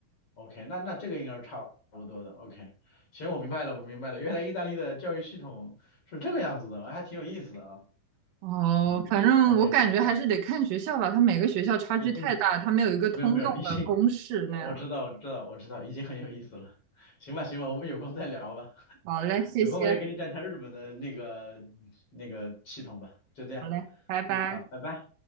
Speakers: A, on the left; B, on the right.
A: OK，那那这个应该是差不多的 OK。行，我明白了，我明白了，原来意大利的教育系统是这个样子的，还挺有意思的啊。
B: 哦，
A: 嗯，OK，
B: 反正我感觉还是得看学校吧，它每个学校差距太大，
A: 嗯嗯，
B: 它没有一个通用的公式那样。
A: 没有没有，已经我我知道，我知道，我知道，已经很有意思了。行吧，行吧，我们有空再聊吧。
B: 好嘞，谢谢，
A: 有空我也给你讲讲日本的那个那个系统吧。就这样，
B: 好嘞，拜拜。
A: 嗯，好，拜拜。